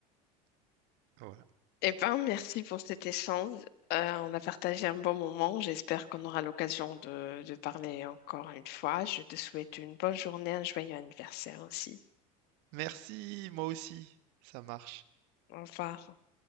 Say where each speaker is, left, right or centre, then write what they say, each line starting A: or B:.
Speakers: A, on the right; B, on the left.
A: Voilà.
B: Eh ben, merci pour cet échange. Euh, on a partagé un bon moment. J'espère qu'on aura l'occasion de, de parler encore une fois. Je te souhaite une bonne journée, un joyeux anniversaire aussi.
A: Merci, moi aussi, ça marche.
B: Au revoir.